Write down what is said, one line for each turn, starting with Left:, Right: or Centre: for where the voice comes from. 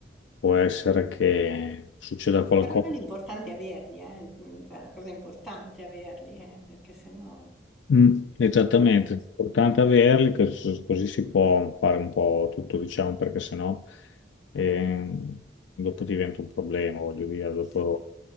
Left: Può essere che succeda qualcosa.
Centre: Però l'importante è averli, eh. Mm, Cioè, la cosa importante è averli, eh, perché sennò...
Left: Mm, Esattamente,
Centre: Eh,
Left: è importante averli cos- così si può fare un po' tutto, diciamo, perché sennò ehm, dopo diventa un problema, voglio dire, dopo
Centre: sì,